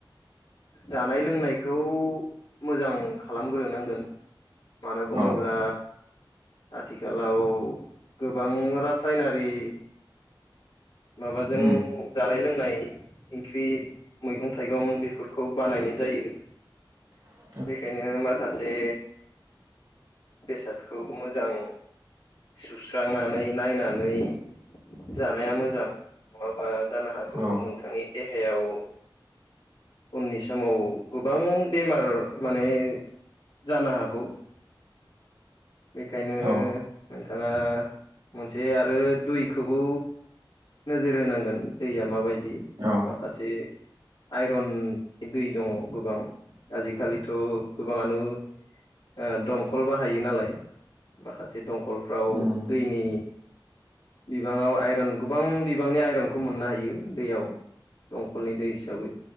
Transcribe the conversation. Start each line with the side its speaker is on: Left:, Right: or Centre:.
Left: जानाय लोंनायखौ मोजां खालामग्रोनांगोन मानो बुङोब्ला
Right: औ
Left: आथिखालाव गोबां रासायनारि माबाजों
Right: उम
Left: जानाय लोंनाय इंख्रि मैगं थाइगं बेफोरखौ बानायनाय जायो
Right: <inaudible>
Left: बेखायनो माखासे बेसादखौ मोजां सुस्रांनानै नायनानै जानाया मोजां माबा जानो हागौ
Right: औ
Left: नोंथांनि देहायाव उननि समाव गोबां बेमार माने जानो हागौ बेखायनो
Right: औ
Left: नोंथाङा मोनसे आरो दुयखौबो नोजोर होनांगोन दैया माबायदि
Right: औ
Left: माखासे आइरन दै दङ गोबां आजिखालिथ' गोबाङानो ओ दंखल बाहायो नालाय माखासे दंखलफ्राव
Right: उम
Left: दैनि बिबाङाव आइरन गोबां बिबांनि आइरनखौ मोननो हायो दैयाव दंकलनि दै हिसाबै